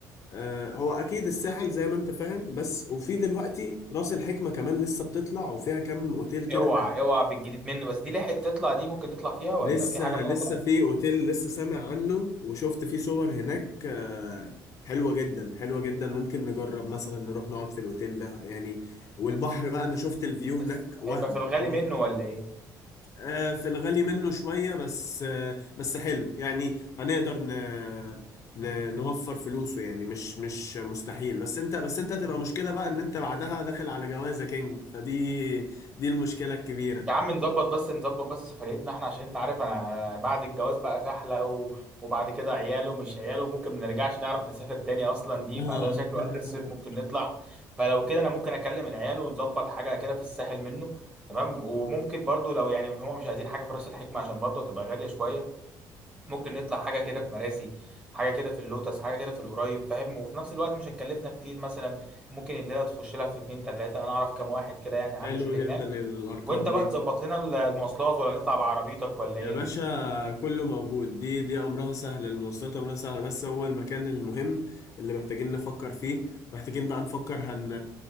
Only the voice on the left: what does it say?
آه، هو أكيد الساحل زي ما أنت فاهم بس وفي دلوقتي رأس الحكمة كمان لسه بتطلع وفيها كام أوتيل كده
لسه
لسه في اوتيل لسه سامع عنه وشفت فيه صور هناك آه، حلوة جدا حلوة جدا ممكن نجرب مثلا نروح نقعد في الاوتيل ده يعني والبحر بقى انا شفت الفيو
هناك وهم
وهم
آه، في الغالي منه شوية بس آه، بس حلو يعني هنقدر ن... ن... نوفر فلوسه يعني مش مش مستحيل بس انت بس انت هتبقى مشكلة بقى ان انت بعدها داخل على جوازة كينج فدي دي المشكلة الكبيرة
اه
<laughs>
حلو
جدا
الارقام
دي
يا
باشا كله موجود دي دي امرها سهل المواصلات امرها سهل بس هو المكان المهم اللي محتاجين نفكر فيه محتاجين بقى نفكر هن